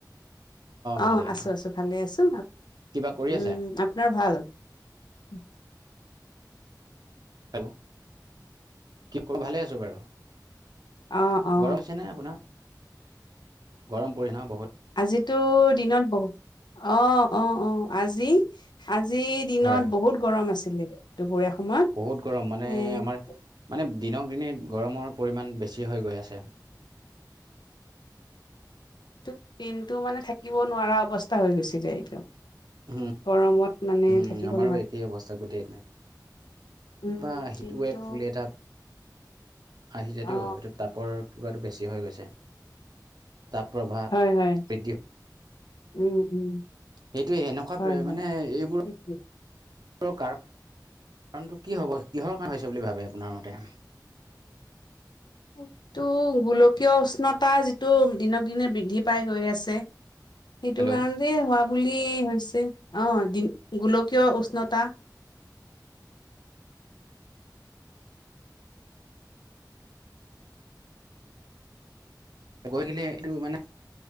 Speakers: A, on the right; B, on the left.
A: ভালেই
B: অ আছো
A: ন
B: আছো ভালে আছো
A: কিবা কৰি
B: উম
A: আছে
B: আপোনাৰ ভাল উম।
A: হেল্ল' কি ক ভালে আছো বাৰু
B: আহ অ
A: গৰম হৈছে নে আপোনাৰ গৰম পৰিণাম
B: আজিতো দিনত বহুত অ অ অ আজি আজিৰ দিনত
A: হয়
B: বহুত গৰম আছিলে দুপৰীয়া সময়ত
A: বহুত গৰম মানে
B: এ
A: আমাৰ মানে দিনক দিনে গৰমৰ পৰিমাণ বেছি বেছি হৈ গৈ আছে।
B: দিনটো মানে থাকিব নোৱাৰা অৱস্থা হৈ গৈছিলে একদম
A: হম
B: গৰমত মানে
A: হম
B: থাকিব
A: আমাৰো
B: নোৱাৰা
A: একেই অৱস্থা গোটেই নাই
B: উম
A: কিবা হিট
B: কিন্তু
A: ৱেভ বুলি এটা আহি যায়তো
B: অ
A: এইটো টাপৰ কিবাটো বেছি হৈ গৈছে তাপ প্ৰভাৱ
B: হয় হয়
A: বৃদ্ধি
B: উম উম
A: সেইটোৱে সেনেকুৱা
B: হয় হয়
A: মানে এইবোৰ
B: সেইটোৱে।
A: কাৰ কাৰণটো কি হ'ব কিহৰ কাৰণ হৈছে বুলি ভাবে আপোনাৰ মতে
B: সেইটো গোলকীয় উষ্ণতা যিটো দিনক দিনে বৃদ্ধি পাই গৈ আছে। সেইটো
A: হেল্ল'
B: কাৰণতে হোৱা বুলি হৈছে অ দ গোলকীয় উষ্ণতা <inaudible>
A: গৈকিনে এইটো মানে